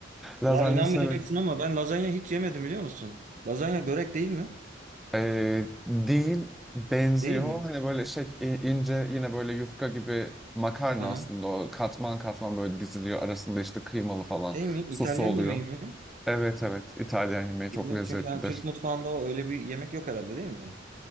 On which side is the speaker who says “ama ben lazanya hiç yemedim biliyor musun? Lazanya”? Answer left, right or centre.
Right